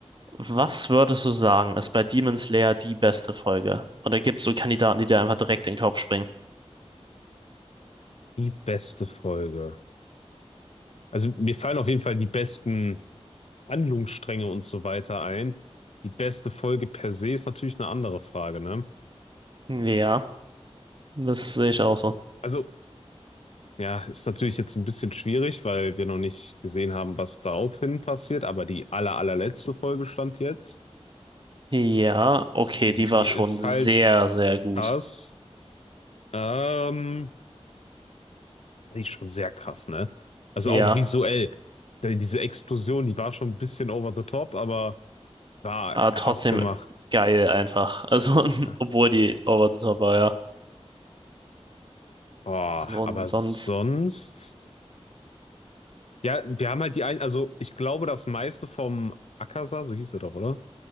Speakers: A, on the right; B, on the left.
A: Was würdest du sagen, ist bei Demon Slayer die beste Folge? Oder gibt es so Kandidaten, die dir einfach direkt in den Kopf springen?
B: Die beste Folge. Also mir fallen auf jeden Fall die besten Handlungsstränge und so weiter ein. Die beste Folge per se ist natürlich eine andere Frage, ne?
A: Ja, das sehe ich auch so.
B: Also, ja, ist natürlich jetzt ein bisschen schwierig, weil wir noch nicht gesehen haben, was daraufhin passiert, aber die aller, allerletzte Folge stand jetzt.
A: Ja, okay,
B: Die
A: die war schon
B: ist
A: sehr,
B: halt
A: sehr gut.
B: krass. Ähm, die ist schon sehr krass, ne? Also
A: Ja.
B: auch visuell. Denn Diese Explosion, die war schon ein bisschen over the top, aber. War
A: Aber
B: krass
A: trotzdem
B: gemacht.
A: geil einfach. Also, <laughs>
B: Ja.
A: obwohl die over the top war, ja.
B: Boah,
A: Das ist un-
B: aber
A: sonst,
B: sonst. Ja, wir haben halt die ein, also ich glaube, das meiste vom Akaza, so hieß er doch, oder?